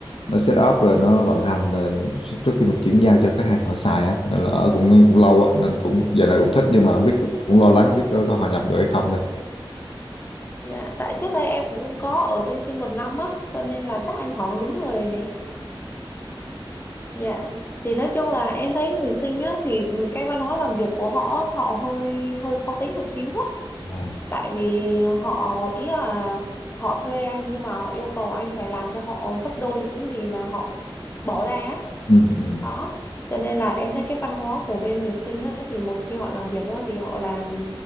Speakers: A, on the left; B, on the left.
A: nó set up rồi nó vận hành rồi trước khi mình chuyển giao cho khách hàng họ xài á nên là ở cũng cũng lâu á nên cũng giờ này cũng thích nhưng mà không biết cũng lo lắng biết có, có hòa nhập được hay không đây
B: Dạ, tại trước đây em cũng có ở bên Sinh một năm á, cho nên là chắc anh hỏi đúng người rồi nè. Dạ, thì nói chung là em thấy người Sinh á, thì cái văn hóa làm việc của họ, họ hơi hơi khó tính một xíu á.
A: Ồ.
B: Tại vì họ, ý là họ thuê anh nhưng mà họ yêu cầu anh phải làm cho họ gấp đôi những gì mà họ bỏ ra á.
A: ừ, ừ.
B: đó cho nên là em thấy cái văn hóa của bên người Sinh á, thì một khi họ làm việc á, thì họ làm